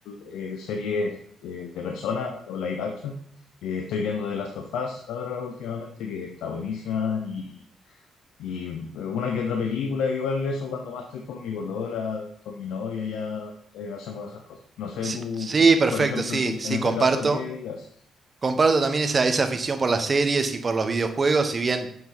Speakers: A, on the left; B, on the right.
A: eh, series eh, de personas o live action. Eh, estoy viendo The Last of Us ahora últimamente, que está buenísima, y, y eh, una que otra película, igual eso cuando más estoy con mi polola, con mi novia, ya eh, hacemos esas cosas. No sé,
B: Sí,
A: tú,
B: sí, perfecto,
A: por ejemplo,
B: sí,
A: en, tu,
B: sí,
A: en ese
B: comparto.
A: caso, ¿qué haces?
B: Comparto también esa, esa afición por las series y por los videojuegos, si bien